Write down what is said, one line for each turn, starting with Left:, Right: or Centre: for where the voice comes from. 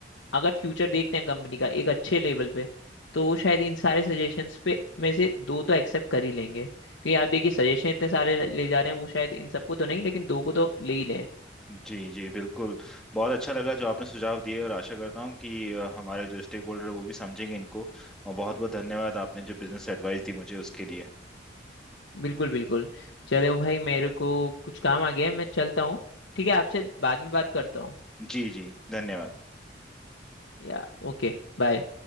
Left: अगर फ्यूचर देखते हैं कंपनी का एक अच्छे लेवल पे तो वो शायद इन सारे सजेशंस पे में से दो तो एक्सेप्ट कर ही लेंगे क्योंकि आप देखिए सजेशन इतने सारे ले ले जा रहे हैं वो शायद इन सबको तो नहीं लेकिन दो को तो ले ही लें
Centre: जी जी बिल्कुल बहुत अच्छा लगा जो आपने सुझाव दिए और आशा करता हूँ कि अ, हमारे जो स्टेक होल्डर वो भी समझेंगे इनको और बहुत बहुत धन्यवाद आपने जो बिजनेस एडवाइस दी मुझे उसके लिए
Left: बिल्कुल बिल्कुल चलो भाई मेरे को कुछ काम आ गया है मैं चलता हूँ ठीक है आपसे बाद में बात करता हूँ
Centre: जी जी धन्यवाद
Left: या ओके बाय